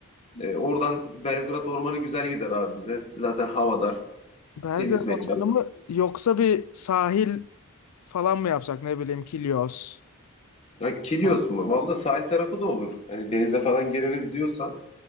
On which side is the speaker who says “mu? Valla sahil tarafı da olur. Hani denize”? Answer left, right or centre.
Left